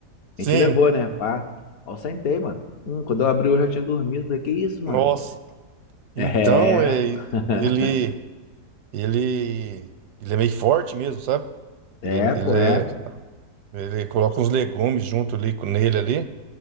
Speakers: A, on the right; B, on the left.
A: Sim,
B: A gente levou, né, pá. Ó, eu sentei, mano. Hum, quando eu abri, eu já tinha dormido. Falei, que isso, mano?
A: nossa. Então,
B: É.
A: é,
B: É,
A: ele, ele, ele é meio forte mesmo, sabe?
B: é,
A: Ele,
B: pô,
A: ele,
B: é.
A: é- ele coloca uns legumes junto ali com- nele ali.